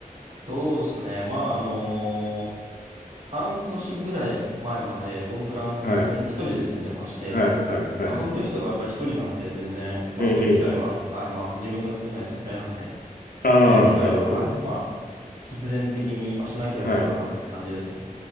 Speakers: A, on the right; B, on the left.
A: そうですね。まあ、あの半年ぐらい前まで僕フランスに住ん、
B: はい。
A: 一人で住んでまして、
B: はい、はい、はい、
A: まあその時とかやっぱり一人なんで全然、
B: はい。
A: まあそういう機会は、
B: ええ、ええ。
A: はい、まあ自分が作んないとダメなんで、<laughs>
B: ああ、
A: っていう機会は、
B: なるほど。
A: はい、まあ必然的に、まあ、しなければならなかったって感じですね。
B: はい。